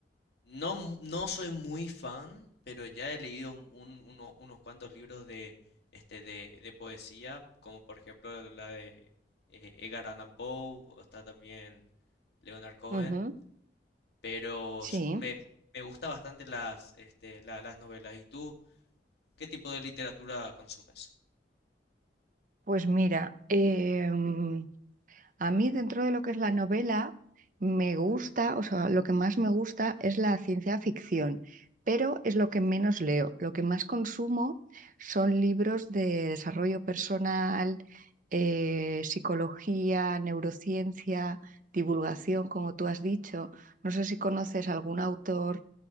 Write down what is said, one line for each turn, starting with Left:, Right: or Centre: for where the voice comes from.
Left: No, no soy muy fan, pero ya he leído un- un- uno- unos cuantos libros de, este, de, de poesía, como por ejemplo la de eh, Edgar Allan Poe, o está también Leonard Cohen,
Right: ujú,
Left: pero
Right: Sí.
Left: s- me, me gusta bastante las, este, la- las novelas. ¿Y tú qué tipo de literatura consumes?
Right: Pues mira, em, a mí dentro de lo que es la novela, me gusta, o sea, lo que más me gusta es la ciencia ficción, pero es lo que menos leo. Lo que más consumo son libros de desarrollo personal, eh, psicología, neurociencia, divulgación, como tú has dicho. No sé si conoces algún autor